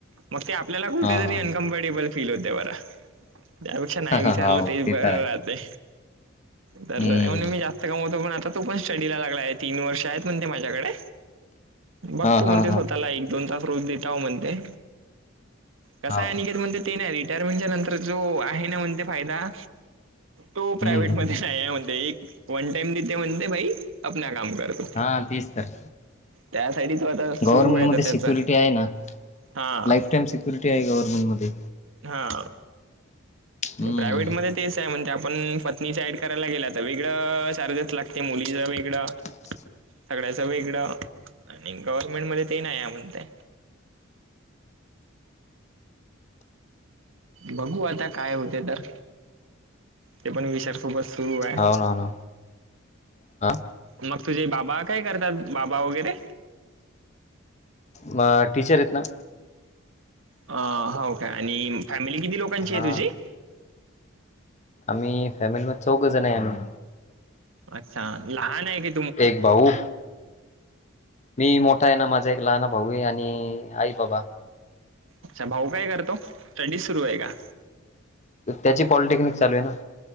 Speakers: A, on the right (about 75°); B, on the left (about 35°).
A: मग ते आपल्याला कुठेतरी
B: हा हा
A: अनकम्फर्टेबल
B: हा
A: फील होतंय बर. त्यापेक्षा नाही
B: ह
A: विचारलं
B: हा हो
A: तेच
B: ते
A: बरं
B: तर आहे
A: राहतय.
B: हम्म
A: बरबर मी जास्त कमवतो पण आता तो पण स्टडीला लागला आहे तीन वर्ष आहेत म्हणजे माझ्याकडे बघतो
B: हा
A: म्हणते
B: हा हा
A: स्वतःला दोन तास रोज देता म्हणते कसा
B: हा
A: आहे आणि म्हणते. ते नाही रिटायरमेंटच्या नंतर जो आहे ना म्हणते फायदा. तो
B: हम्म
A: प्रायव्हेटमध्ये नाही आहे म्हणते एक वन टाइम देते म्हणते भाई आपना काम करतो.
B: हा तेच तर
A: त्या साठीच आता सुरू
B: गव्हर्नमेंटमध्ये
A: आहे आता त्याचा
B: सिक्युरिटी आहे ना
A: हा
B: लाईफ टाइम सिक्युरिटी आहे गव्हर्नमेंटमध्ये
A: हा
B: हम्म
A: प्रायव्हेटमध्ये तेच आहे म्हणजे आपण पत्नीच ऍड करायला गेला तर वेगळं चार्जेस लागते मुलीच वेगळं
B: ह <inaudible>
A: सगळ्याचं वेगळं आणि गव्हर्नमेंट मध्ये ते नाही आहे म्हणतंय. बघू आता काय होते तर ते पण विचार. सुबस सुरू आहे.
B: हाव ना, हाव ना. हा
A: मग तुझे बाबा काय करतात बाबा वगैरे.
B: मग टीचर आहेत ना.
A: अ हाव काय आणि फॅमिली किती लोकांची
B: हा
A: आहे तुझी
B: आम्ही फॅमिली मध्ये चौघजण आहे आम्ही
A: अच्छा लहान आहे कि
B: एक भाऊ. मी मोठा आहे ना माझा एक लहान भाऊ आणि आई बाबा.
A: अच्छा भाऊ काय करतो स्टडी सुरू आहे का?
B: त्याची पॉलिटेक्निक चालू आहे ना.